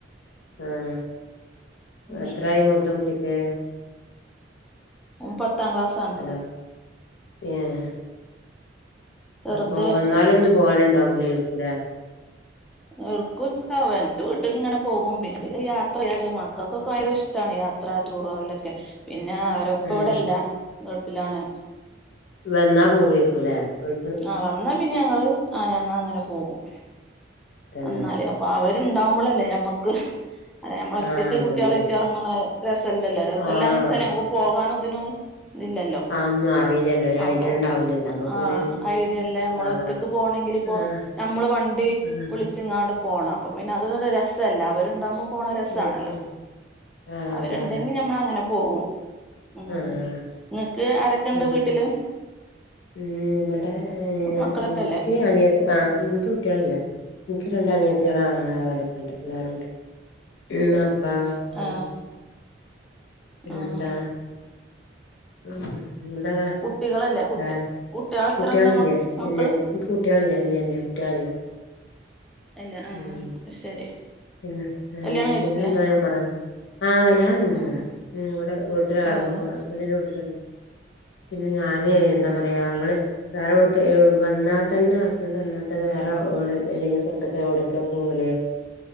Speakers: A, on the left; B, in the centre.
A: ആഹ്
B: ഉം
A: എത്രായി മൂത്ത കുട്ടിക്ക്
B: ഓ പത്താം ക്ലാസ് ആണ്
A: തോ ഏഹ്
B: ചെറുത്
A: പോ വന്നാലൊന്ന് പോല് ണ്ടാകു ലൈക്കും ലേ
B: ഇടക്കും ച്ച് ണ്ടാവു എന്റെ വീട്ടക്ക് ഇങ്ങനെ പോകും പിന്നെ യാത്ര ചെയ്യാൻ ഒക്കെ മക്കൾക്കൊക്കെ ഭയങ്കര ഇഷ്ടമാണ് യാത്ര ടൂറോ അയിലൊക്കെ പിന്നെ അവരിപ്പോ
A: ഏഹ്
B: ഇവിടെ ഇല്ല ഗൾഫിലാണ്
A: വന്നാ പോവേക്കു ലേ ഗൾ
B: ആഹ് വന്നാ പിന്നെ ഞങ്ങള് ആഹ് ഞങ്ങള് അങ്ങനെ പോകും
A: തന്നെ
B: വന്നാല് അ അപ്പൊ അവരുണ്ടാവുമ്പോളല്ലേ നമ്മക്ക് അല്ല നമ്മള ഒറ്റക്ക്
A: ആഹ് അതന്നെ
B: ഈ കുട്ടിയാളെയ്റ്റ് എറങ്ങ് ണേ രസല്ലല്ലോ രസല്ലാന്ന്
A: ആഹ്
B: ച്ചാല് നമക്ക് പോകാനും ഇതിനും ഇല്ലല്ലോ
A: അതൊന്നും അറിയില്ലല്ലോ ഒരു
B: അപ്പം
A: ഐഡിയ ഉണ്ടാവൂലല്ലോ നമ്മുക്കൊരു
B: ആഹ് ഐഡിയ ല്ലേ നമ്മള്
A: ആഹ്
B: ഒറ്റക്ക് പോണെങ്കില് ഇപ്പോ
A: ആഹ്
B: നമ്മള് വണ്ടി
A: ആഹ്
B: വിളി ച്ച് ങ്ങാട്ട് പോണം അപ്പം പിന്നെ അതൊന്നരു രസല്ല അവരുണ്ടാകുമ്പം പോണ രസാണല്ലോ
A: ഉം ആഹ്
B: അവരുണ്ടെങ്കി
A: അതാണ്
B: നമ്മള അങ്ങനെ പോകും ഉം
A: ആഹ്
B: ഇങ്ങക്ക് ആരൊക്കെ ണ്ട്
A: ഉം
B: വീട്ടില്
A: ഉം ഇവിടെ
B: മക്കളൊക്കെല്ലേ
A: ഇൻക്ക് അനിയ ആഹ് ഇൻക്ക് കുട്ടിയാളില്ല ഇൻക്ക് രണ്ട് അനിയത്തിയാള് ആങ്ങള അവരൊക്കെ ഉണ്ട് എല്ലാരും ഉണ്ട് പിന്നെ ത്താ ഒക്കെണ്ട്
B: ആ
A: പിന്നെന്താ
B: ആ
A: മ് ഇവിടെ
B: കുട്ടികളില്ല കുട്ടി
A: വേ റ
B: കുട്ടികൾ എത്രണ്ട്
A: കുട്ടിയാളില്ലേ
B: മ മക്കള്
A: ഇല്ല ഇൻക്ക് കുട്ടിയാളില്ല ഇല്ല ഇല്ല കുട്ടിയാളില്ല
B: ഇല്ല ആഹ്
A: ഉം
B: ശരി
A: പിന്നെ ഏ
B: കല്യാണം കഴിച്ചിട്ടില്ലേ
A: പിന്നെന്താ ഞാ പറയ ആഹ കല്യാണം കഴിഞ്ഞു
B: ആഹ്
A: ഇവിടെ വീട്ടില് ആ
B: ആഹ്
A: ഹസ്ബൻഡറിന്റെ വീട്ടിൽ തന്നെ പിന്നെ ഞാന് എന്താ പറയാ ഞങ്ങള് വേറെ എടുത്തു നിന്നു വന്ന തന്നെ ഹസ്ബൻഡ്ത്തന്നെ വേറെ <inaudible> എവിടൊക്കെ പോകുന്നേ